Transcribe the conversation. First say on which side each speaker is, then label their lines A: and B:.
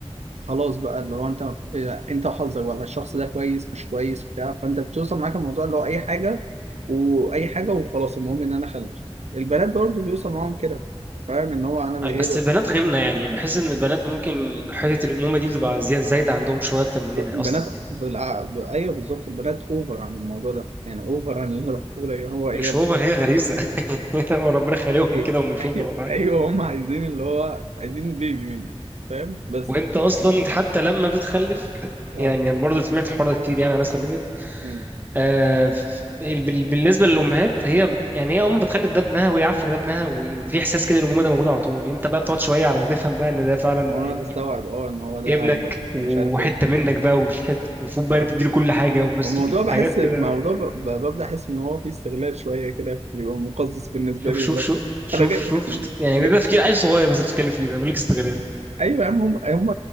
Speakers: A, on the right; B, on the right.
A: خلاص بقى اللي هو انت إذا انت وحظك والله الشخص ده كويس مش كويس بتاع فانت بتوصل معاك الموضوع اللي هو اي حاجه واي حاجه وخلاص المهم ان انا اخلف البنات برضو بيوصل معاهم كده فاهم ان هو انا
B: و...
A: هي
B: بس البنات غيرنا يعني بحس ان البنات ممكن حته الامومه دي بتبقى زياده زايده عندهم شويه اكتر مننا
A: بنات
B: اصلا يعني
A: بالع... ب... ايوه بالظبط البنات اوفر عن الموضوع ده يعني اوفر عن اللي انا بحكيه لك هو هي
B: مش
A: <laughs> بس
B: اوفر هي غريزه <laughs> وربنا خالقهم
A: هي
B: كده ومش
A: ايوه
B: اوفر ولا حاجه
A: ايوه هم عايزين اللي هو عايزين بيبي منك فاهم بس
B: وانت اصلا حتى لما بتخلف
A: اه
B: يعني انا برضه سمعت الحوار ده كتير يعني ناس خلفت
A: يعني
B: آه، ف- يعني بال- بالنسبه للامهات هي يعني هي امه بتخلي ده ابنها وهي عارفه ان ده ابنها وفي احساس كده الامومه ده موجود على طول انت بقى بتقعد شويه على ما تفهم بقى ان ده فعلا
A: هو
B: يعني
A: انا هتستوعب اه ان هو ده
B: ابنك
A: هيبقى
B: وحته
A: مش عارف ايه
B: منك بقى وحته المفروض بقى
A: ف
B: تديله كل حاجه ومس
A: الموضوع بحس
B: حاجات كده
A: موضوع ب... ب... ببدأ احس ان هو فيه استغلال شويه كده بيبقى مقزز بالنسبه
B: شوف
A: لي
B: شوف
A: اللي هو
B: شوف شوف
A: انا جاي,
B: شوف
A: <laughs>
B: يعني
A: جاي...
B: ده ده تفكير عيل صغير بس بتتكلم فيه ده بيقول لك استغلال
A: ايوه يا عم هم هم